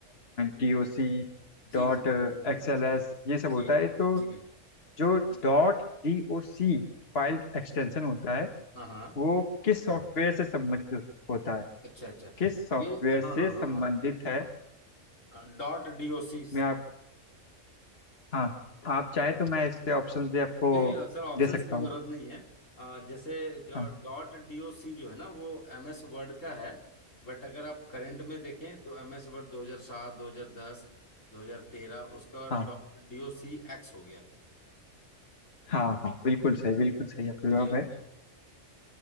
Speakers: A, on the left; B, on the left.
A: DOC
B: जी
A: dot
B: जी
A: XLS
B: जी
A: ये सब
B: जी
A: होता है तो
B: जी जी
A: जो डॉट डीओसी फाइल एक्सटेंशन होता है
B: हाँ हाँ
A: वो किस सॉफ्टवेयर से संबंधित होता है
B: अच्छा अच्छा
A: किस सॉफ्टवेयर
B: ये हाँ
A: से
B: हाँ
A: संबंधित
B: हाँ
A: है
B: हाँ डॉट डी ओ सी
A: मैं आप हाँ आप
B: बिल्कुल।
A: चाहे तो मैं इसके ऑप्शन भी आपको
B: नहीं सर ऑप्शंस
A: दे सकता
B: की जरूरत
A: हूँ
B: नहीं है अ, जैसे जो
A: हाँ
B: डॉट डीओसी जो है ना वो एम एस वर्ड का है बट अगर आप करंट में देखें तो एम एस वर्ड 2007 2010 2013 उसका डॉट
A: हाँ
B: डीओसी एक्स हो गया
A: हाँ हाँ बिल्कुल सही बिल्कुल सही आपका जवाब
B: जी
A: है
B: जी